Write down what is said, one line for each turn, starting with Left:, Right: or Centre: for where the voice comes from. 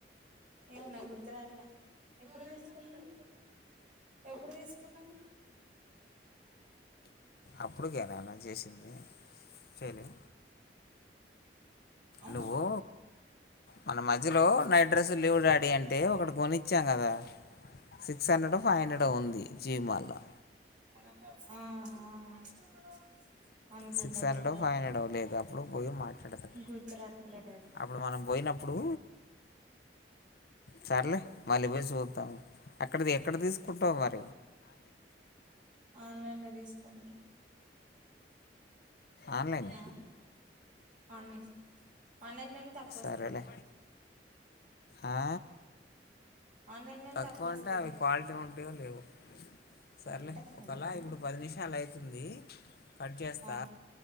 Right: ఏవో నాక్ గుర్తు రావట్లా, ఎప్పుడు తీసుకున్నాం, ఎప్పుడు తీసుకున్నాం.
Left: అప్పుడుకేనానా చేసింది. చేయలే
Right: అవున్నా
Left: నువ్వు మన మజ్యిలో నైట్ డ్రెస్లు లేవ్ డాడీ అం తే ఒకటు గోనిచ్చాం కదా, సిక్స్ హండ్రెడ్, ఫైవ్ హండ్రెడ్ ఉంది. సీమార్లా
Right: మనద్యావ్ ఆ ఆ ప్చ్ అనుకుంట
Left: సిక్స్ హండ్రెడో
Right: గుర్తురాట్లే,
Left: ఫైవ్ హండ్రెడో లేదు అప్పుడు పోయి మాట్లాడదాం
Right: గుర్తురట్లేదే అది
Left: అప్పుడు మనం పోయినప్పుడు సర్లే మళ్ళీవోయి చూద్దాం. అక్కడది ఎక్కడ దీసుకుంటావు. మర్
Right: ఆన్లైన్ లో దీస్ కొంటా
Left: ఆన్లైన్
Right: న్యావ్ ఆన్లైన్ ఆన్లైన్నే ఇంకాక్కు
Left: సరేలే
Right: వస్తాయి. ఇంకా
Left: ఆ
Right: ఆన్లైన్ లోనే
Left: తక్కువ అంటే
Right: వస్తాయి
Left: అవి
Right: ఇంకా
Left: క్వాలిటీ ఉంటయో, లేవో సర్లే
Right: ఉంటాయి
Left: ఒకలా,
Right: ఎందుకుండవ్
Left: ఇప్పుడు పది నిమిషాలు అయితుందీ. కట్ జేస్తా
Right: ఆ